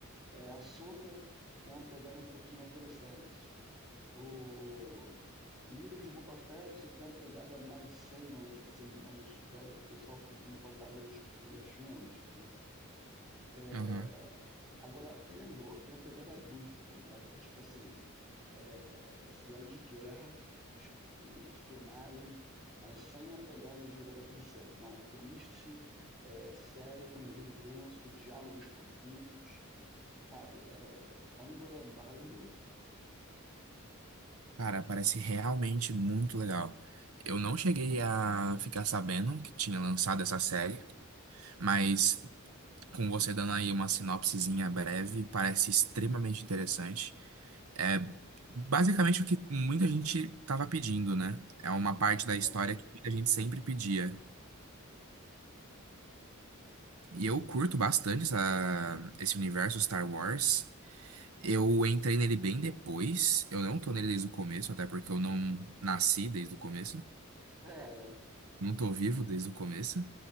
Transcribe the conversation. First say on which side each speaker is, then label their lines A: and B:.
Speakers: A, on the right (about 20°); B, on the right (about 85°).
A: É, a Soca tem uma pegada um pouquinho mais adolescente. O livro de Boba Fett tem uma pegada mais sênior, né? Tipo assim, mais velha pro pessoal que tem saudade dos primeiros filmes, né? É...
B: Aham.
A: Agora, Endor tem a pegada adulta, tá ligado? É tipo assim, é, é cenário de guerra, espionagem, mas sem a pegada de vai dar tudo certo. Não, é triste, é é sério, tem um enredo denso, diálogos profundos, sabe? É, Andor é maravilhoso.
B: Cara, parece realmente muito legal. Eu não cheguei a ficar sabendo que tinha lançado essa série, mas com você dando aí uma sinopsezinha breve, parece extremamente interessante. É Basicamente o que muita gente tava pedindo, né? É uma parte da
A: É,
B: história que muita gente sempre pedia. E eu curto bastante essa- esse universo Star Wars. Eu entrei nele bem depois. Eu não tô nele desde o começo, até porque eu não nasci desde o começo.
A: é, né?
B: Não tô vivo desde o começo.